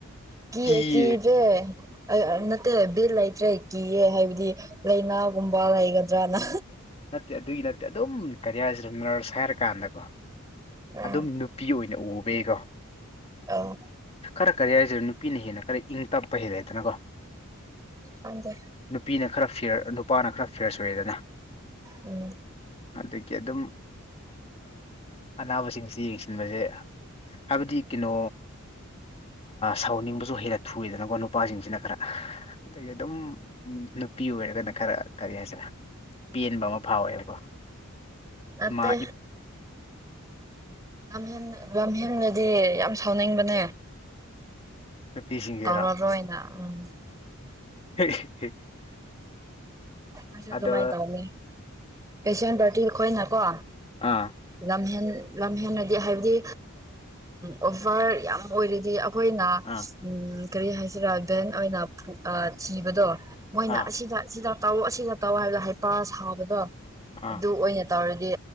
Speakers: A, on the right; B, on the left.
A: ꯀꯤꯌꯩ
B: ꯀꯤꯌꯦ
A: ꯀꯤꯗꯦ ꯑꯩ ꯅꯠꯇꯦ ꯕꯤꯠ ꯂꯩꯇ꯭ꯔꯦ ꯀꯤꯌꯦ ꯍꯥꯏꯕꯗꯤ ꯂꯥꯏꯅꯥꯒꯨꯝꯕ ꯂꯩꯒꯗ꯭ꯔꯥꯅ
B: ꯅꯠꯇꯦ ꯑꯗꯨꯒꯤ ꯅꯠꯇꯦ ꯑꯗꯨꯝ ꯀꯦꯔꯤꯌꯥꯔꯁꯤ ꯑꯗꯨꯝꯅꯔꯁ ꯍꯥꯏꯔꯀꯥꯟꯗꯀꯣ
A: ꯎꯝ
B: ꯑꯗꯨꯝ ꯅꯨꯄꯤ ꯑꯣꯏꯅ ꯎꯕꯩꯀꯣ
A: ꯑꯧ
B: ꯈꯔ ꯀꯔꯤ ꯍꯥꯏꯔꯤꯁꯤꯔ ꯅꯨꯄꯤꯅ ꯍꯦꯟꯅ ꯈꯔ ꯏꯪ ꯇꯞꯄ ꯍꯦꯜꯂꯦꯗꯅꯀꯣ
A: ꯈꯪꯗꯦ
B: ꯅꯨꯄꯤꯅ ꯈꯔ ꯐꯤꯔ ꯅꯨꯄꯥꯅ ꯈꯔ ꯐꯤꯌꯔꯁ ꯑꯣꯏꯔꯦꯗꯅ
A: ꯎꯝ
B: ꯑꯗꯨꯒꯤ ꯑꯗꯨꯝ ꯑꯅꯥꯕꯁꯤꯡꯁꯤ ꯌꯦꯡꯁꯤꯟꯕꯁꯦ ꯍꯥꯏꯕꯗꯤ ꯀꯩꯅꯣ ꯁꯥꯎꯟꯅꯤꯡꯕꯁꯨ ꯍꯦꯟ ꯊꯨꯏꯌꯦꯗꯅꯀꯣ ꯅꯨꯄꯥꯁꯤꯡꯁꯤꯅ ꯈꯔ ꯑꯗꯩꯗꯤ ꯑꯗꯨꯝ ꯅꯨꯄꯤ ꯑꯣꯏꯔꯒꯅ ꯈꯔ ꯀꯔꯤ ꯍꯥꯏꯁꯤꯔꯦ ꯄꯦꯟꯕ ꯑꯃ ꯐꯥꯎꯋꯦꯕꯀꯣ
A: ꯅꯠꯇꯦ
B: ꯏꯃꯥ
A: ꯌꯥꯝꯍꯦꯟ ꯌꯥꯝ ꯍꯦꯟꯟꯅꯗꯤ ꯌꯥꯝ ꯁꯥꯎꯅꯤꯡꯕꯅꯦ
B: ꯅꯨꯄꯤꯁꯤꯡꯁꯤꯔꯣ
A: ꯇꯧꯔꯔꯣꯏꯅ ꯎꯝ
B: <unintelligible>
A: ꯑꯩꯁꯨ ꯑꯗꯨꯃꯥꯏꯅ
B: ꯑꯗꯣ
A: ꯇꯧꯅꯤ ꯄꯦꯁꯦꯟ ꯄꯥꯔꯇꯤ ꯑꯩꯈꯣꯏꯅꯀꯣ
B: ꯑꯥ
A: ꯂꯝꯍꯦꯟ ꯂꯝꯍꯦꯟꯅꯗꯤ ꯍꯥꯏꯕꯗꯤ ꯑꯣꯐꯔ ꯌꯥꯝ ꯑꯣꯏꯔꯤꯗꯤ ꯑꯩꯈꯣꯏꯅ
B: ꯑꯥ
A: ꯎ ꯀꯔꯤ ꯍꯥꯏꯁꯤꯔꯥ ꯗꯦꯟ ꯑꯣꯏꯅ ꯊꯤꯕꯗꯣ ꯃꯣꯏꯅ
B: ꯑꯥ ꯑꯥ
A: ꯑꯁꯤꯗ ꯑꯁꯤꯗ ꯇꯥꯎꯑꯣ ꯑꯁꯤꯗ ꯇꯧꯑꯣ ꯍꯥꯏꯕꯗ ꯍꯩꯄꯥ ꯁꯥꯕꯗꯣ
B: ꯑꯣ
A: ꯑꯗꯨ ꯑꯣꯏꯅ ꯇꯧꯔꯗꯤ